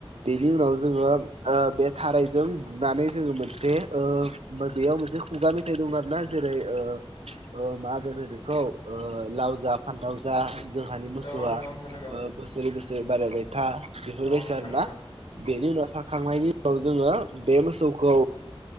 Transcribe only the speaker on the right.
बेनि उनाव जोङो बे थारैजों बुनानै जोङो मोनसे बेयाव मोनसे खुगा मेथाइ दं आरोना जेरै ओ ओ मा होनो बेखौ ओ लाव जा फानथाव जा जा जोंहानि मोसौआ
बोसोरै बोसोरै बारायबाय था बेफोर
बायसा
आरो
ना। बेनि उनाव खांनायनि उनाव जोङो बे मोसौखौ